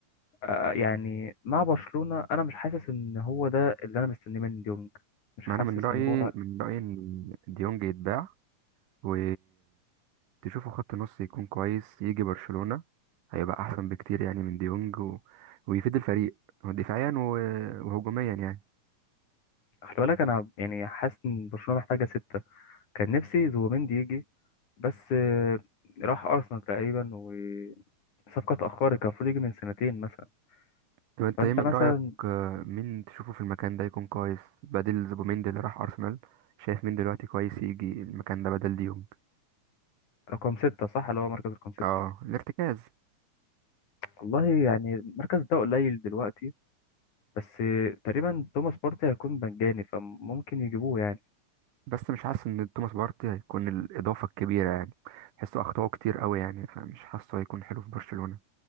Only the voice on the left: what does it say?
آه يعني مع برشلونه انا مش حاسس ان هو ده اللي انا مستنيه من ديونج مش
حاسس
ان هو
خلي بالك انا يعني حاسس ان برشلونه محتاجه سته كان نفسي زوبيمندي يجي بس آه، راح ارسنال تقريبا وصفقه اتاخرت كان المفروض يجي من سنتين مثلا
فانت
مثلا
رقم سته صح اللي هو مركز رقم سته
والله يعني المركز ده قليل دلوقتي بس آه، تقريبا توماس بارتي هيكون مجاني فممكن يجيبوه يعني